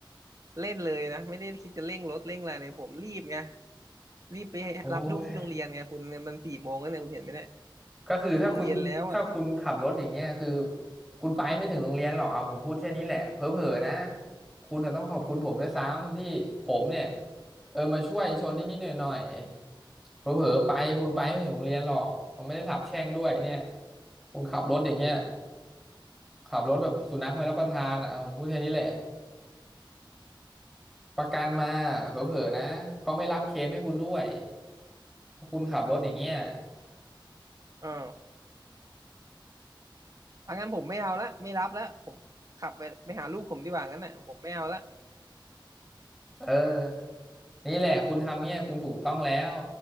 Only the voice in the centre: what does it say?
โอ้ย ก็คือถ้าคุณถ้าคุณขับรถอย่างเงี้ยคือ
คุณไปไม่ถึงโรงเรียนหรอกเอาผมพูดแค่นี้แหละเผลอๆนะคุณจะต้องขอบคุณผมด้วยซ้ำที่ผมเนี่ยเออมาช่วยชนนิดๆหน่อยๆเผลอๆไปคุณไปไม่ถึงโรงเรียนหรอกผมไม่ได้สาปแช่งด้วยเนี่ยคุณขับรถอย่างเงี้ยขับรถแบบสุนัขไม่รับประทานอ่ะเอาผมพูดแค่นี้แหละประกันมาเผลอๆนะเขาไม่รับเคลมให้คุณด้วยเพราะคุณขับรถอย่างเงี้ย
เออนี่แหละคุณทำเนี่ยคุณถูกต้องแล้ว